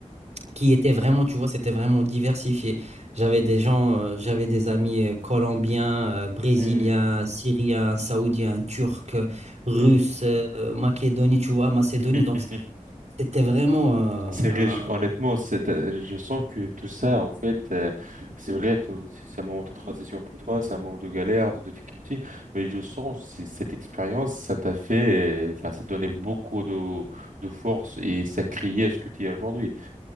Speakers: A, on the right; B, on the right.
A: qui étaient vraiment, tu vois, c'était vraiment diversifié. J'avais des gens, euh, j'avais des amis euh, colombiens, euh, brésiliens,
B: mm,
A: syriens, saoudiens, turcs, euh, russes,
B: mm, mm.
A: euh, Macédonie, tu vois, Macédonie.
B: <laughs>
A: Donc, c'était vraiment, euh,
B: C'est
A: un-
B: riche, honnêtement, c'est, euh, je sens que tout ça, en fait, euh, c'est vrai, tout- c'est un moment de transition pour toi, c'est un moment de galère, de difficulté, mais je sens c- cette expérience, ça t'a fait, euh, enfin, ça t'a donné beaucoup de, de force et ça créait ce que tu es aujourd'hui.